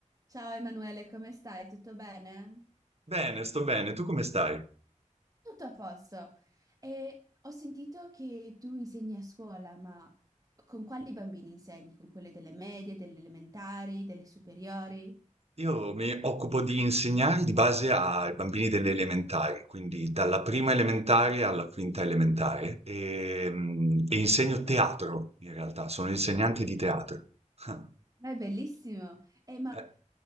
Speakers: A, on the right (about 25°); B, on the right (about 50°).
A: Ciao Emanuele, come stai? Tutto bene?
B: Bene, sto bene. Tu come stai?
A: Tutto a posto. E ho sentito che tu insegni a scuola, ma con quali bambini insegni? Con quelle delle medie, delle elementari, delle superiori?
B: Io mi occupo di insegnare di base ai bambini delle elementari, quindi dalla prima elementare alla quinta elementare, e, mm, e insegno teatro in realtà, sono insegnante di teatro. <laughs>
A: Ma è bellissimo! Eh, ma
B: Eh,